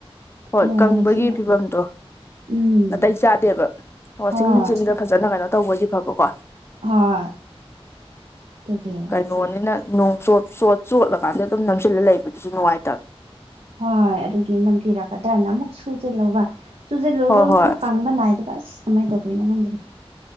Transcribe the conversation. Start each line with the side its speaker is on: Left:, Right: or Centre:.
Left: ꯍꯣꯏ
Right: ꯅꯣꯡꯁꯤꯅ
Left: ꯀꯪꯕꯒꯤ ꯐꯤꯕꯝꯗꯣ
Right: ꯎꯝ
Left: ꯅꯥꯇꯩ ꯆꯥꯗꯦꯕ ꯋꯥꯁꯤꯡ
Right: ꯍꯣꯏ
Left: ꯃꯦꯆꯤꯟꯗ ꯐꯖꯅ ꯀꯩꯅꯣ ꯇꯧꯕꯣꯏꯗꯤ ꯐꯕꯀꯣ
Right: ꯍꯣꯏ ꯑꯗꯨꯒꯤ
Left: ꯅꯣꯟꯅꯤꯅ ꯅꯣꯡ ꯆꯣꯠ ꯆꯣꯠ ꯆꯣꯠꯂꯀꯥꯟꯗ ꯑꯗꯨꯝ ꯅꯝꯁꯤꯜꯂ ꯂꯩꯕꯗꯨꯁꯨ ꯅꯨꯡꯉꯥꯏ
Right: ꯍꯣꯏ ꯑꯗꯨꯒꯤ ꯅꯝꯊꯤꯔꯛꯀꯗ꯭ꯔꯥꯅ ꯑꯃꯨꯛ ꯁꯨꯖꯤꯜꯂꯨꯕ ꯁꯨꯖꯤꯜꯂꯨꯁꯨ
Left: ꯍꯣꯏ
Right: ꯑꯃꯨꯛ
Left: ꯍꯣꯏ
Right: ꯀꯪꯕ ꯅꯥꯏꯗꯕ ꯑꯁ ꯀꯃꯥꯏ ꯇꯧꯗꯣꯏꯅꯣ ꯈꯪꯗ꯭ꯔꯦ